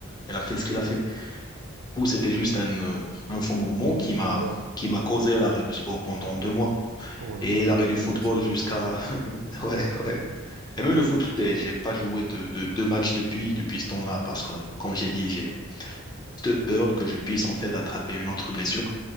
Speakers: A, on the left; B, on the right.
A: elle a fait ce qu'il a fait. coup, c'était juste un, euh, un faux mouvement qui
B: Ouais,
A: m'a
B: voilà.
A: qui m'a causé l'arrêt du sport pendant deux mois
B: Voilà,
A: et
B: quand
A: l'arrêt
B: même,
A: du
B: deux
A: football
B: mois, c'est beaucoup.
A: jusqu'à <laughs> ouais, ouais ouais et même le foot j'ai j'ai pas joué de, de, de match depuis depuis ce temps-là parce que comme j'ai dit j'ai juste peur que je puisse en fait attraper une autre blessure